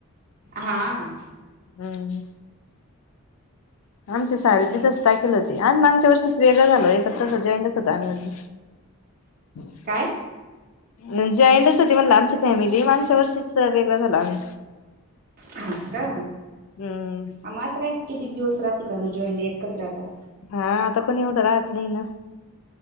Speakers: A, on the right (about 40°); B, on the left (about 75°).
A: हा.
B: हम्म. आमची सारी तीथच टाकेल होती, आम्ही मांगच्या वर्षीच वेगळो झालोय, एकत्र असं जॉंइडच होतो आम्ही अजून. <inaudible>
A: काय
B: अन जॉईंडच होती म्हणलं आमची फॅमिली, मांगच्या वर्षीच तर वेगळं झालो आम्ही.
A: हाव का?
B: हम.
A: आ मग आता काय कितीक दिवस राहती कानु जॉईंट एकत्र आता?
B: हा आता कोनी एवढं राहत नाही ना.